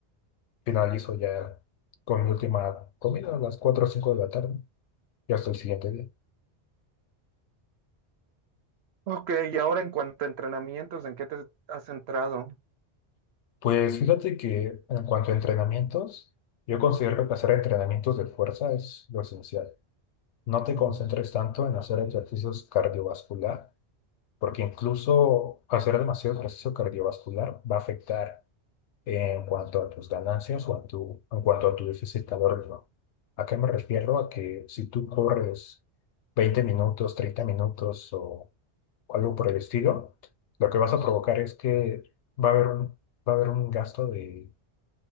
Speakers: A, on the left; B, on the right.
A: finalizo ya con mi última comida a las 4 o 5 de la tarde y hasta el siguiente día.
B: Ok, y ahora en cuanto a entrenamientos, ¿en qué te has centrado?
A: Pues fíjate que en cuanto a entrenamientos, yo considero que hacer entrenamientos de fuerza es lo esencial. No te
B: Ujú.
A: concentres tanto en hacer ejercicios cardiovasculares porque incluso hacer demasiado ejercicio cardiovascular va a afectar en cuanto a tus ganancias o en tu, en cuanto a tu déficit calórico. ¿A qué me refiero? A que si tú corres 20 minutos, 30 minutos o algo por el estilo, lo que vas a provocar es que va a haber un, va a haber un gasto de,